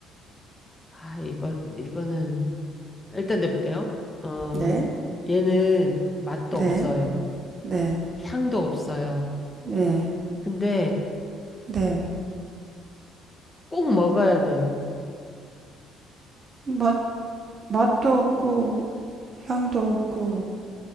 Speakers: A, on the left (about 20°); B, on the right (about 40°).
A: 아, 이거, 이거는, 일단 내볼게요. 어,
B: 네,
A: 얘는 맛도
B: 네,
A: 없어요.
B: 네,
A: 향도 없어요.
B: 네,
A: 근데
B: 네.
A: 꼭 먹어야 돼요.
B: 맛 맛도 없고 향도 없고